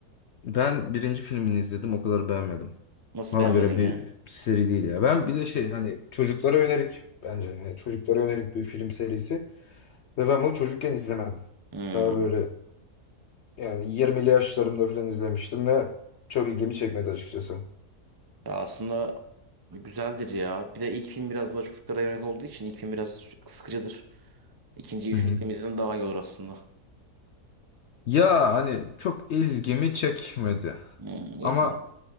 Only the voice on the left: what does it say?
Ben birinci filmini izledim o kadar beğenmedim.
Bana
göre
bir seri değil ya. Ben bir de şey hani çocuklara yönelik bence yani çocuklara yönelik bir film serisi. Ve ben bunu çocukken izlemedim.
Daha böyle yani 20'li yaşlarımda falan izlemiştim ve çok ilgimi çekmedi açıkçası.
Hı hı.
Ya hani çok ilgimi çekmedi.
Ama